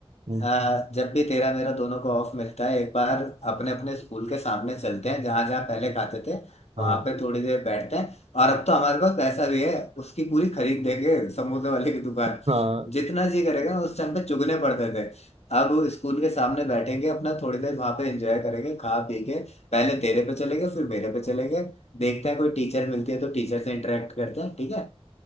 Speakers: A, on the right (about 70°); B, on the left (about 85°).
A: हम्म,
B: अ, जब भी तेरा मेरा दोनों को ऑफ मिलता है एक बार अपने अपने स्कूल के सामने चलते हैं जहां जहां पहले खाते थे
A: हाँ
B: वहां पे थोड़ी देर बैठते हैं और अब तो हमारे पास पैसा भी है उसकी पूरी खरीद देंगे समोसे वाले की दुकान
A: हाँ
B: जितना जी करेगा ना उस टाइम पे चुगने पड़ते थे अब स्कूल के सामने बैठेंगे अपना थोड़ी देर वहां पे एंजॉय करेंगे खा पी के पहले तेरे पे चलेंगे फिर मेरे पे चलेंगे देखते हैं कोई टीचर मिलती है तो टीचर से इंटरेक्ट करते हैं ठीक है